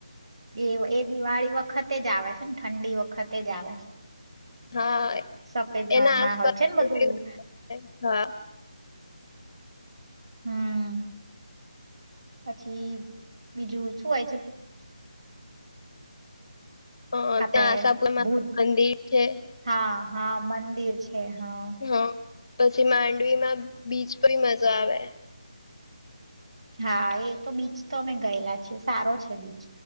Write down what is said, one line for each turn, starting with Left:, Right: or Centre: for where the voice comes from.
Right: એ, એ, દિવાળી વખતે જ આવે છે ને ઠંડી વખત વખતે જ આવે છે,
Left: હા
Right: સફેદ રણમાં
Left: એના આસપાસ
Right: હોય છે ને બધું
Left: હા
Right: હમ, પછી બીજું શું હોય છે
Left: હ,
Right: આપડે
Left: ત્યાં આશાપુર માતા
Right: ભૂજ
Left: મંદિર છે
Right: હા હા, મંદિર છે હા
Left: હા, પછી માંડવીમાં બીચ પણ મજા આવે
Right: હા, એ તો બીચ તો અમે ગયેલા છીએ સારો છે બીચ